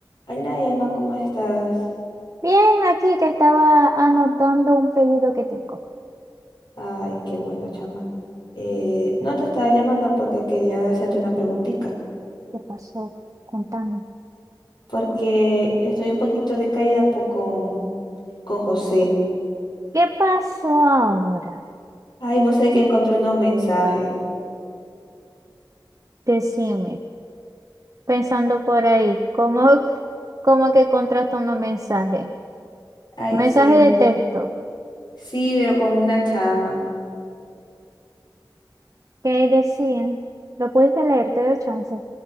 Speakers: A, on the left; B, on the right.
A: Hola Emma, ¿cómo estás?
B: Bien, aquí que estaba anotando un pedido que tengo.
A: Ay, qué bueno, chama. Eh, no te estaba llamando porque quería hacerte una preguntita,
B: ¿Qué pasó? Contame.
A: porque estoy un poquito decaída po- con, con José.
B: ¿Qué pasó ahora?
A: Ay, vos sabés que encontré unos mensajes.
B: Decime, pensando por ahí, ¿cómo, cómo que contrasta unos mensajes?
A: Ay,
B: Mensaje
A: sí,
B: de texto.
A: sí, pero con una chama.
B: ¿Qué decían? ¿Lo pudiste leer? Te doy chance.